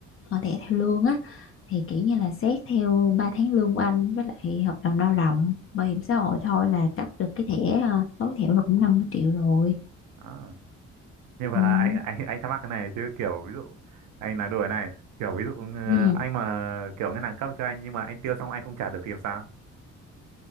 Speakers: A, on the left (about 45°); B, on the right (about 80°).
A: mở thẻ theo lương á thì kiểu như là xét theo 3 tháng lương của anh với lại hợp đồng lao động bảo hiểm xã hội thôi là cấp được cái thẻ ờ, tối thiểu là cũng 50 triệu rồi
B: đó nhưng
A: ừ.
B: mà anh anh anh thắc mắc cái này chứ kiểu ví dụ anh nói đùa này kiểu ví dụ ừ,
A: Ừ.
B: anh mà kiểu ngân hàng cấp cho anh nhưng mà anh tiêu xong anh không trả được thì làm sao